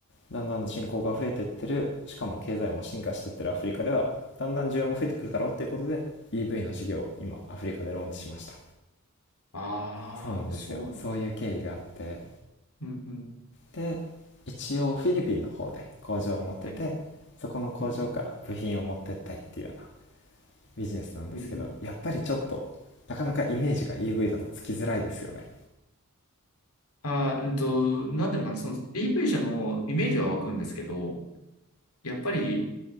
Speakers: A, on the left; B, on the left.
A: だんだん人口が増えてってるしかも経済も進化してってるアフリカではだんだん需要も増えてくるだろうっていうことで EV の事業を今アフリカでローンチしました
B: ああ、
A: そうなんですよそういう経緯があって
B: そう。うん、うん。
A: で一応フィリピンの方で工場を持っててそこの工場から部品を持ってったりっていうような
B: はい。うん、う
A: ビジネスなんですけどやっぱりちょっとなかなかイメージが
B: ん。へえ
A: EV だとつきづらいですよね
B: あー、うんと、なんていうのかな、その EV 車のイメージは湧くんですけど、やっぱり、